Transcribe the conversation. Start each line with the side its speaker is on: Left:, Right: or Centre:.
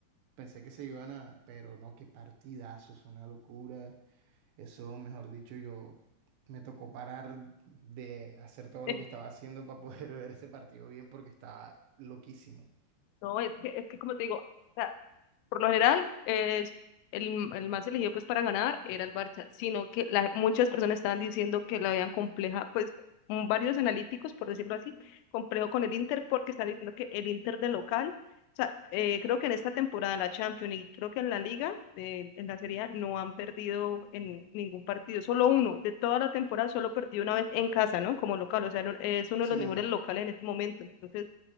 Right: Pensé que se iban a, pero no, qué partidazos, una locura. Eso, mejor dicho, yo me tocó parar de hacer todo
Left: <laughs>
Right: lo que estaba haciendo para poder <laughs> ver ese partido bien porque estaba loquísimo.
Left: No, es que, es que como te digo, o sea, Por lo general, es el, el más elegido pues para ganar era el Barça, sino que la- muchas personas estaban diciendo que la veían compleja, pues mm, varios analíticos, por decirlo así, complejo con el Inter porque están diciendo que el Inter de local, o sea, eh, creo que en esta temporada en la Champions y creo que en la Liga, eh, en la Serie A, no han perdido en ningún partido, solo uno, de toda la temporada solo perdido una vez en casa, ¿no? Como local, o sea, no- es uno
Right: Sí.
Left: de los mejores locales en este momento, entonces